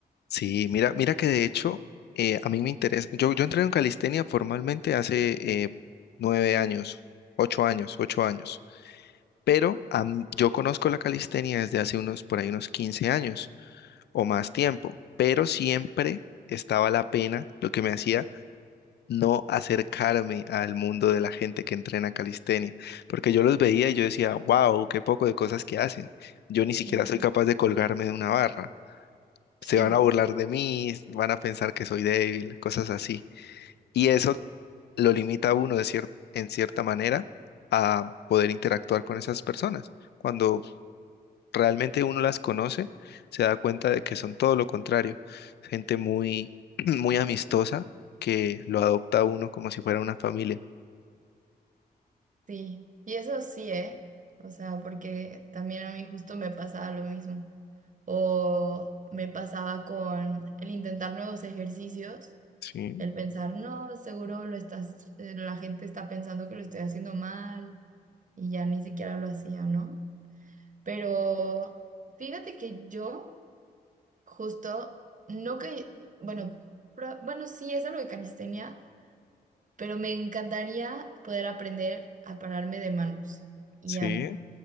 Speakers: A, on the left (about 80°); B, on the right (about 50°).
A: Sí, mira, mira que de hecho eh, a mí me interesa. Yo, yo entré en calistenia formalmente hace eh, nueve años, ocho años, ocho años. Pero am- yo conozco la calistenia desde hace unos, por ahí unos quince años. o más tiempo, pero siempre estaba la pena, lo que me hacía no acercarme al mundo de la gente que entrena calistenia, porque yo los veía y yo decía, wow, qué poco de cosas que hacen. Yo ni siquiera
B: Ujú.
A: soy capaz de colgarme de una barra.
B: Sí,
A: Se van a burlar de mí, van a pensar que soy débil, cosas así. Y eso lo limita a uno de cier- en cierta manera a poder interactuar con esas personas. Cuando realmente uno las conoce, se da cuenta de que son todo lo contrario. Gente muy, <clears throat> muy amistosa que lo adopta a uno como si fuera una familia.
B: sí. Y eso sí, ¿eh? O sea, porque también a mí justo me pasaba lo mismo. O me pasaba con el intentar nuevos ejercicios.
A: Sí,
B: El pensar, no, seguro lo estás, eh, la gente está pensando que lo estoy haciendo mal y ya ni siquiera lo hacía, ¿no? Pero fíjate que yo justo no que, bueno, pro- bueno, sí es algo de calistenia, pero me encantaría poder aprender a pararme de manos y
A: sí.
B: a,